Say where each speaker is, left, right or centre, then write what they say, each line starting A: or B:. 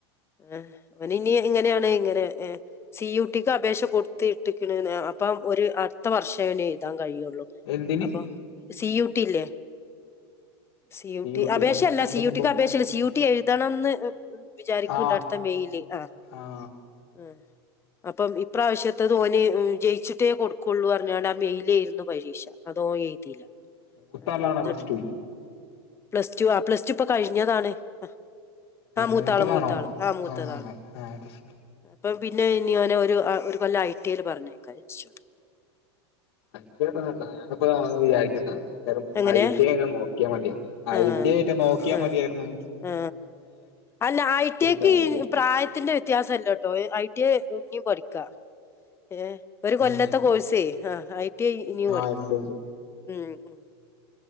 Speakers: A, on the left (about 20°); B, on the left (about 65°).
A: ഏ അവനിനി ഇങ്ങനെയാണ് ഇങ്ങനെ ഏ സി യു ടിക്ക് അപേക്ഷ കൊടുത്തിട്ട്ക്ക്ണ് ന്നാ അപ്പൊ ഒരു അടുത്ത വർഷേ ഇനി എഴുതാൻ കഴിയു ള്ളൂ
B: എന്തിന്
A: അപ്പൊ സി യൂ ട്ടി ഇല്ലേ C U
B: P
A: T
B: U T
A: അപേക്ഷ
B: അതെന്താ
A: അല്ല സി യൂ
B: സംഭവം
A: ട്ടി ക്ക് അപേക്ഷല്ല സി യൂ ട്ടി എഴുതണം ന്ന് വിചാരിക്കണ്ട്
B: ആ
A: അടുത്ത മെയ്ല് ആ
B: ആ
A: ഉം അപ്പൊം ഇപ്രാവശ്യത്തത് ഓന് ജയിച്ചിട്ടേ കൊടുക്കുള്ളൂ പറഞ്ഞോണ്ടാ ആ മെയി ലേയിരുന്നു പരീക്ഷ അതോൻ എയ്തില്ല
B: മൂത്താളാണോ
A: ആ എന്നിട്ട്
B: പ്ലസ് ടുല്
A: പ്ലസ് ടു ആ പ്ലസ് ടു ഇപ്പൊ കഴിഞ്ഞതാണ് ആ ഹാ മൂത്താള്
B: മൂത്തതാണോ
A: മൂത്താള് ആ മൂത്തതാണ്
B: ആ അത് ശരി
A: ഇപ്പം പിന്നെ ഇനി ഓനെ ഒരു ആ ഒരു കൊല്ലം ഐ ടി എൽ പറഞ്ഞയക്കാ വെച്ചു
B: അതാ ഇപ്പൊ നല്ലത് ഞാനിപ്പോളാ വിചാരിക്കുന്നെ വെറും
A: എങ്ങനെ
B: ഐ ടി എ എങ്ങാൻ നോക്കിയാ മതിയേനു
A: ആ
B: ഐ ടി എ റ്റം നോക്കിയാ
A: ആ
B: മതിയാരുന്നു
A: ആ അല്ല ഐടി ഐ ക്ക്
B: കാര്യവും
A: ഈ
B: ഇല്ല.
A: പ്രായത്തിന്റെ വിത്യാസം ഇല്ലട്ടോ ഏ ഐ ടി എ ഇനീം പഠിക്ക ഏ ഒരു കൊല്ലത്തെ
B: ഉം
A: കോഴ്സേ ആ ഐ ടി ഐ ഇനിയും
B: ആഹ്
A: പഠിക്കാ
B: ഇണ്ട്ണ്ട്
A: ഉം